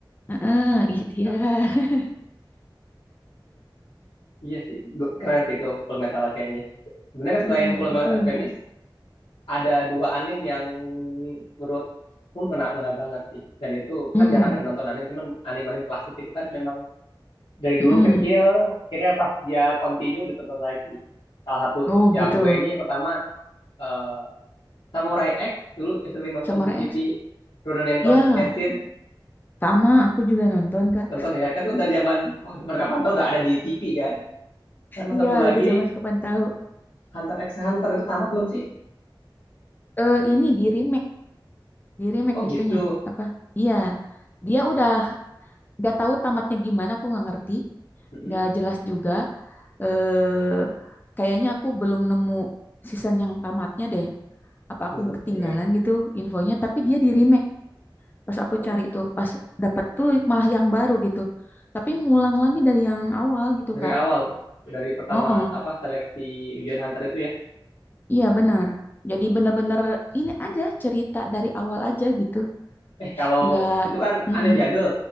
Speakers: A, on the left; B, on the left.
A: Mm-mm, Ikhtiar.
B: Ya,
A: <laughs>
B: iya sih, Gu- keren sih itu Full Metal Alchemist. Sebenarnya
A: Iya,
B: selain Full
A: betul.
B: Metal Alchemist, ada dua anime yang menurut pun ngena, ngena banget sih. Dan itu kan
A: Mm,
B: jarang ya nonton anime, cuman anime-anime klasik itu kan memang dari
A: mm-mm.
B: dulu kecil, akhirnya pas dia continue ditonton lagi. Salah satu
A: Oh
B: yang
A: gitu.
B: dua ini, yang pertama eh, Samurai X dulu yang sering nonton
A: Samurai
B: di TV
A: X.
B: Rurouni
A: Ya,
B: Kenshin
A: sama. Aku juga nonton kak.
B: contohnya ya kan itu dari zaman wah zaman kapan tau udah ada di TV kan sama
A: Iya,
B: satu lagi
A: udah zaman kapan tahu.
B: Hunter X Hunter itu tamat belum sih
A: Eh ini di remake, di remake
B: oh gitu
A: itunya apa? Iya, dia udah nggak tahu tamatnya gimana. Aku nggak ngerti.
B: Mm-mm,
A: nggak jelas juga. Eh, kayaknya aku belum nemu season yang tamatnya deh. Apa aku
B: belum
A: ketinggalan
B: kayaknya
A: gitu infonya? Tapi dia di remake. Pas aku
B: oh,
A: cari itu, pas dapat tuh malah yang baru gitu. Tapi ngulang lagi dari yang awal gitu
B: dari
A: Kak.
B: awal dari pertama
A: Oh, oh.
B: apa seleksi ujian Hunter itu ya
A: iya benar. Jadi bener-bener ini aja cerita dari awal aja gitu.
B: eh kalau
A: Nggak,
B: itu kan
A: mm-mm,
B: anim jadul